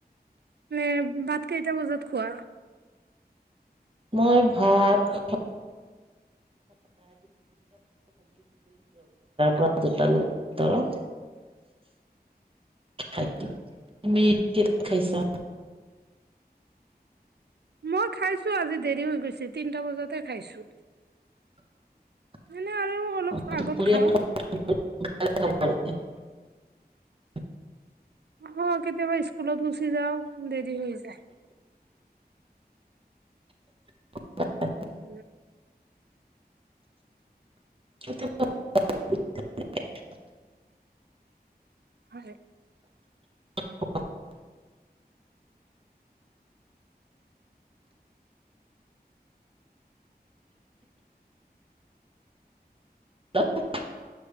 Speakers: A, on the right (about 80°); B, on the right (about 35°).
A: মানে ভাত কেইটা বজাত খোৱা
B: মই ভাত দুটৈ ভৰত খ তুমি কে খাইছা
A: মই খাইছোঁ আজি দেৰি হৈ গৈছে তিনিটা বজাতে খাইছোঁ
B: <inaudible>
A: মানে আৰু অলপ আগত
B: দুপৰীয়া
A: খাওঁ
B: <unintelligible>
A: আহ কেতিয়াবা স্কুলত গুচি যাও দেৰি হৈ যায়
B: <unintelligible>
A: উম
B: <unintelligible>
A: হয়
B: অ <unintelligible>